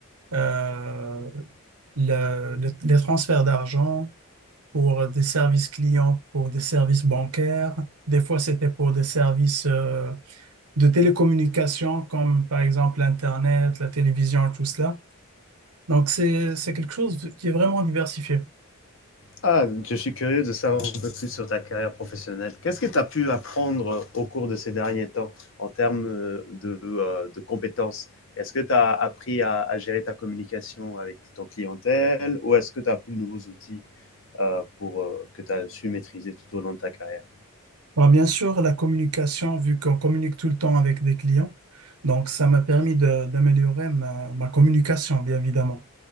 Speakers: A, on the right (about 85°); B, on the left (about 60°).
A: euh, le- le- les transferts d'argent pour des services clients, pour des services bancaires. Des fois, c'était pour des services euh, de télécommunication, comme par exemple l'Internet, la télévision, tout cela. Donc, c'est, c'est quelque chose qui est vraiment diversifié.
B: Ah, je suis curieux de savoir un peu plus sur ta carrière professionnelle. Qu'est-ce que tu as pu apprendre au cours de ces derniers temps en termes euh, de, euh, de compétences? Est-ce que tu as appris à, à gérer ta communication avec ton clientèle ou est-ce que tu as appris de nouveaux outils? euh, pour, euh, que tu as su maîtriser tout au long de ta carrière.
A: Bon, bien sûr, la communication, vu qu'on communique tout le temps avec des clients, donc ça m'a permis de- d'améliorer ma, ma communication, bien évidemment.